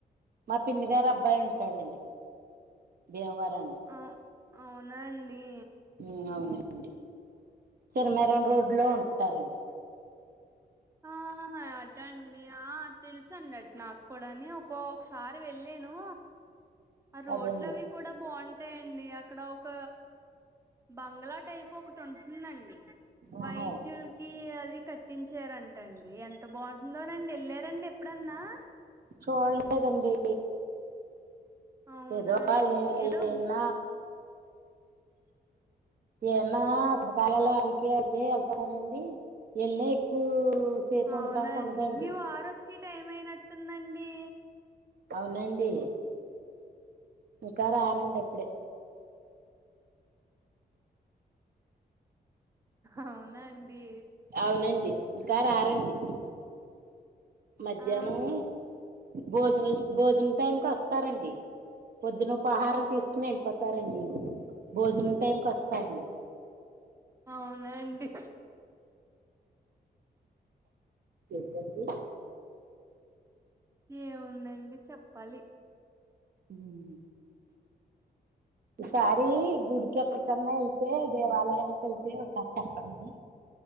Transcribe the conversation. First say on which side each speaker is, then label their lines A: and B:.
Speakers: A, on the right (about 60°); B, on the right (about 15°).
A: మా పిన్ని గారి అబ్బాయి ఉంటాడండి భీమవరం
B: అవు అవునాండి
A: హు అవునండి చెర్మారాన్ రోడ్డులో ఉంటరండి
B: ఆ అటా అండి ఆ తెలుసండి అటు నాకు కూడాని ఒక్కొక్కసారి వెళ్ళను ఆ రోడ్లు
A: అదే అండి
B: అవి కూడా బాగుంటాయండి అక్కడ ఒక బంగ్లా టైప్ ఒకటి ఉంటుందండి
A: ఆహా
B: వైద్యుల్ కి అవి కట్టించారంట అండి ఎంత బాగుంటుందోనండి వెళ్ళారండి ఎప్పుడన్నా
A: చోడలేదండి
B: అవునా
A: ఏదో వాళ
B: అండి ఏదో
A: ఏన్న ఏన్న శుభకాలలు అలికి వెళ్తే వెళ్తాననింది ఎన్నా ఎక్కువ
B: అవునా
A: ఉండటానికి
B: అండి
A: ఉండదండి
B: మీ వారోచ్చే టైమయినట్టుందండి
A: అవునండి ముకార ఆరండప్పుడే
B: అవునా అండి
A: అవునండి ఇంకా రారండి మధ్యాహ్నం
B: ఆ
A: భోజనల్ భోజనం టైంకి వస్తారండి. పొద్దున ఉపహారం తీసుకుని వెళ్ళిపోతారండి. భోజనం టైంకి వస్తారండి.
B: అవునండి.
A: ఏంటండీ
B: ఏముందండి చెప్పాలి.
A: మ్మ్ ఈసారి గుడికి ఎక్కడికన్నా వెళ్తే దేవాలయాలకు వెళ్తే ఒకసారి చెప్పండి.